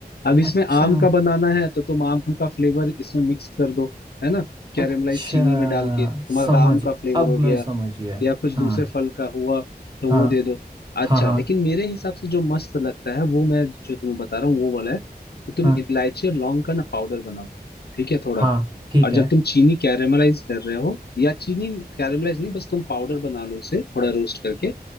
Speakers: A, on the left (about 75°); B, on the right (about 25°).
A: अब इसमें
B: अच्छा
A: आम का बनाना है तो तुम आम का फ्लेवर इसमें मिक्स कर दो है ना कैरेमलाइज
B: अच्छा
A: चीनी में डाल के तुम्हारा
B: समझ
A: आम का फ्लेवर
B: अब
A: हो
B: मैं
A: गया
B: समझ गया
A: या कुछ
B: हाँ
A: दूसरे फल का हुआ तो
B: हाँ
A: वो दे दो अच्छा
B: हाँ हाँ
A: लेकिन मेरे हिसाब से जो मस्त लगता है वो मैं जो तुम्हें बता रहा हूँ वो वाला है कि तुम
B: हाँ
A: इलायची और लौंग का ना पाउडर बनाओ ठीक है थोड़ा
B: हाँ ठीक
A: और
B: है
A: जब तुम चीनी कैरेमलाइज कर रहे हो या चीनी कैरेमलाइज नहीं बस तुम पाउडर बना लो उसे थोड़ा रोस्ट करके